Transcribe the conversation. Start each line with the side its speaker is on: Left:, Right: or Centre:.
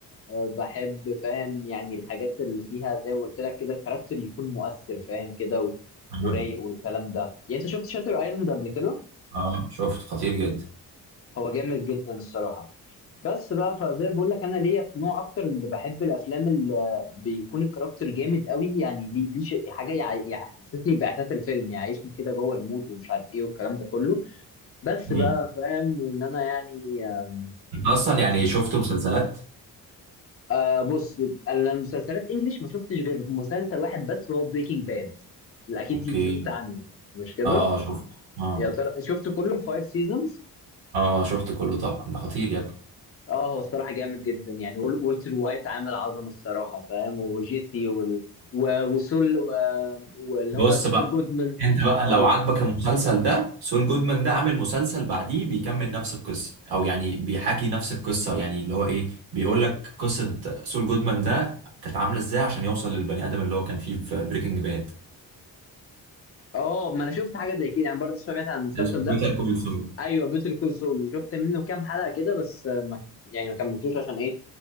Left: بحب فاهم يعني الحاجات اللي فيها زي ما قلت لك كده الكاركتر يكون مؤثر فاهم كده و-
Right: مم.
Left: ورايق والكلام ده يعني انت شفت شاتر ايلاند قبل كده
Right: اه شفت خطير جدا
Left: هو جامد جدا الصراحة بس بقى فزي بقول لك انا ليا في نوع اكتر اللي بحب الافلام اللي بيكون الكاركتر جامد قوي يعني ليه ليه شيء- حاجه يع- يحسسني باحساس الفيلم يعني يعيشني كده جوه المود ومش عارف ايه والكلام ده كله بس
Right: مم.
Left: بقى فاهم وان انا يعني آم،
Right: انت اصلا يعني
Left: أش-
Right: شفت مسلسلات
Left: آه بص انا المسلسلات انجليش ما شفتش غير مسلسل واحد بس هو بريكنج باد اكيد
Right: اوكي
Left: سمعت عنه مش كده
Right: اه آه، شفت اه
Left: يا ترى شفت كله الفايف سيزونز
Right: اه شفت كله طبعا ده خطير يا ابني
Left: اه هو الصراحه جامد جدا يعني وال- والتر وايت عامل عظمه الصراحه فاهم وجيسي وال... و... وسول و... واللي
Right: بص
Left: هو سول
Right: بقى
Left: جودمان
Right: انت بقى
Left: سول.
Right: لو عاجبك المسلسل ده سول جودمان ده عامل مسلسل بعديه بيكمل نفس القصه او يعني بيحكي نفس القصه يعني اللي هو ايه بيقول لك قصه سول جودمان ده كانت عامله ازاي عشان يوصل للبني ادم اللي هو كان فيه في بريكنج باد
Left: اه ما انا شفت حاجه زي كده يعني برضه سمعت عن المسلسل
Right: اسمه
Left: ده
Right: بيتر كول سول
Left: ايوه بيتر كول سول وشفت منه كام حلقه كده بس آه، ما كم... يعني ما كملتوش عشان ايه